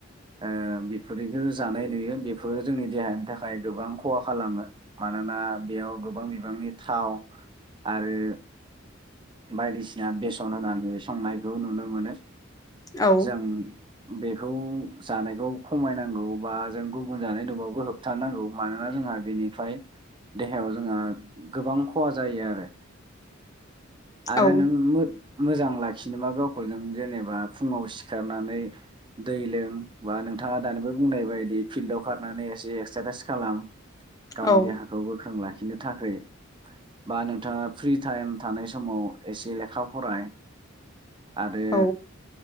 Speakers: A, on the right; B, on the left.
A: ओ बेफोरनिखो जानाय नुयो बेफोरो जोंनि देहानि थाख खाय गोबां खहा खालामो मानोना बेयाव गोबां बिबांनि थाव आरो बायदिसिना बेसन होनानै संनाय। ज नुनो मोनो।
B: औ
A: जों बेखौ जानायखौ खमायनांगौ बा जों गुबुन जानाय नुबाबो होबथानांगौ मानोना जोंहा बेनिफ्राय देहायाव जोंहा गोबां खहा जायो आरो। आरो
B: औ
A: नों मोद मोजां लाखिनोबा गावखौ जों जेनेबा फुङाव सिखारनानै दै लों बा नोंथाङा दानिबो बुंनाय बायदि फिल्डाव खारनानै एसे एक्सारसाइस खालाम गावनि
B: औ
A: देहाखौ गोख्रों लाखि नो थाखोय बा नोंथाङा फ्रि टाइम थानाय समाव एसे लेखा फराय आरो
B: औ